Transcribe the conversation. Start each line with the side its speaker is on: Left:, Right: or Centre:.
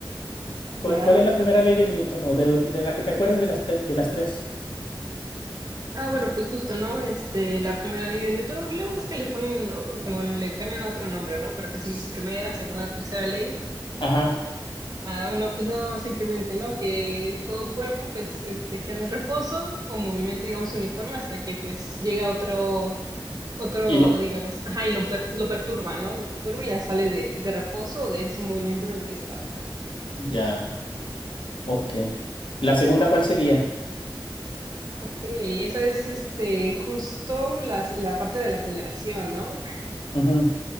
Right: Claro,
Left: ¿Cuál, cuál es la
Right: claro.
Left: primera ley de Newton o de, de la que te acuerdes de las, te- de las tres?
Right: Ah, bueno, pues justo, ¿no? Este, la primera ley de Newton, luego es que le ponen, o- como le cambian otro nombre, ¿no? Pero que siempre
Left: S-
Right: es primera, segunda, tercera ley,
Left: Ajá,
Right: Ah, no, pues nada más simplemente, ¿no? Que todo cuerpo, pues, este, queda en reposo o movimiento, digamos, uniforme hasta que, pues, llega otro, otro,
Left: y lo,
Right: digamos, ajá, y lo, per- lo perturba, ¿no? Lo perturba y ya sale de, de reposo de ese movimiento en el que estaba.
Left: ya. Ok. ¿La segunda cuál sería?
Right: Ok, esa es, este, justo la, la parte de la aceleración, ¿no?
Left: Ujú.